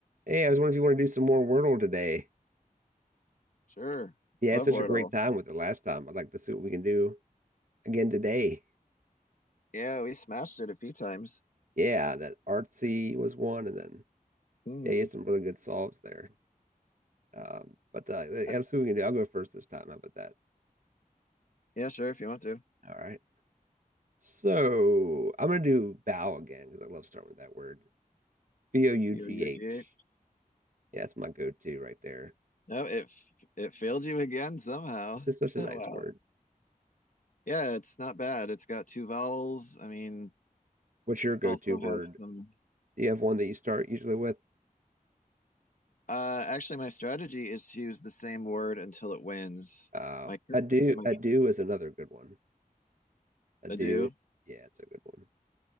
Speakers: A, on the right (about 60°); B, on the left (about 60°).
A: Hey, I was wondering if you want to do some more Wordle today.
B: Sure.
A: Yeah, I
B: Love
A: had such
B: Wordle.
A: a great time with it last time. I'd like to see what we can do again today.
B: Yeah, we smashed it a few times.
A: Yeah, that artsy was one, and then
B: hmm
A: yeah, you had some really good solves there. Um, but uh, yeah,
B: Uh,
A: let's see what we can do. I'll go first this time. How about that?
B: Yeah, sure, if you want to.
A: All right. So I'm gonna do bow again because I love starting with that word. B O U
B: You're
A: G
B: UG.
A: H. Yeah, that's my go-to right there.
B: No, it f- it failed you again somehow.
A: It's just such
B: <laughs>
A: a
B: Wow.
A: nice word.
B: Yeah, it's not bad. It's got two vowels. I mean,
A: What's your go-to
B: also
A: word?
B: has some.
A: Do you have one that you start usually with?
B: Uh, actually, my strategy is to use the same word until it wins.
A: Uh,
B: My cur-
A: ado,
B: my
A: ado is another good one. I do.
B: I do.
A: Yeah, it's a good one.